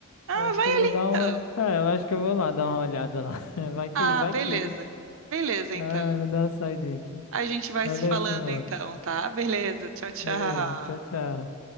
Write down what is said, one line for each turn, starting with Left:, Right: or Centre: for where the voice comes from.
Right: Ah,
Left: Eu Acho
Right: vai
Left: que eu vou
Right: ali
Left: dar
Right: então.
Left: uma. É, eu acho que eu vou lá dar uma olhada lá. <laughs> Vai que,
Right: Ah,
Left: vai
Right: beleza.
Left: que, né?
Right: Beleza,
Left: Ah,
Right: então.
Left: vou dar uma saidinha aqui.
Right: A gente vai
Left: Valeu,
Right: se falando
Left: Simone.
Right: então, tá? Beleza. Tchau, tchau.
Left: Beleza, tchau, tchau.